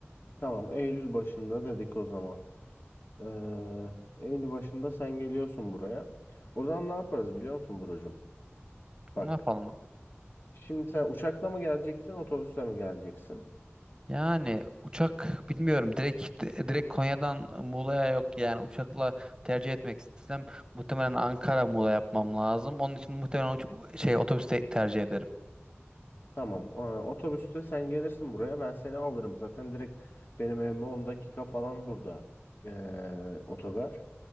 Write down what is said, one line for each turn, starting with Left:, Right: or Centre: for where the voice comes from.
Left: Tamam. Eylül başında dedik o zaman. Eee en başında sen geliyorsun buraya. O zaman ne yaparız biliyor musun Buracığım? Bak
Right: Ne yapalım?
Left: şimdi sen uçakla mı geleceksin otobüsle mi geleceksin?
Right: Yani uçak bilmiyorum direkt direkt Konya'dan Muğla'ya yok yani uçakla tercih etmek istesem muhtemelen Ankara Muğla yapmam lazım. Onun için muhtemelen uç- şey otobüste tercih ederim.
Left: Tamam. e, Otobüste sen gelirsin buraya. Ben seni alırım. Zaten direkt benim evime 10 dakika falan burada. e, otogar.